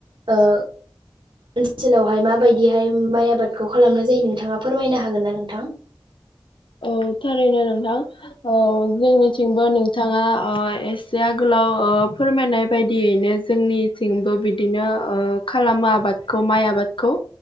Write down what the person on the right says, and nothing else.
ओ ओनसोलावहाय माबायदिहाय माइ आबादखौ खालामनाय जायो नोंथाङा फोरमायनो हागोन ना नोंथां?